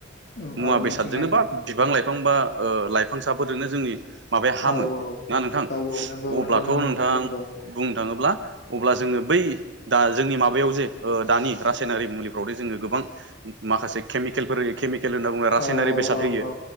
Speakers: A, on the left (about 55°); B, on the right (about 70°).
A: उम
B: मुवा
A: औ मिथिंगानि
B: बेसादजोंनो बा बिफां लाइफां बा ओ लाइफांसाफोरजोंनो जोंनि माबाया हामो
A: औ औ
B: ना नोंथां
A: औ औ नंगौ नंगौ
B: अब्लाथ'
A: नंगौ
B: नोंथां
A: नंगौ
B: बुंनो थाङोब्ला अब्ला जोङो बै दा जोंनि माबायाव जे दानि रासायनारि मुलिफ्रावदि जोङो गोबां माखासे केमिकेलफोर हो केेल केल होनना बुङो रासायनारि
A: औ औ
B: बेसाद
A: औ
B: होयो
A: औ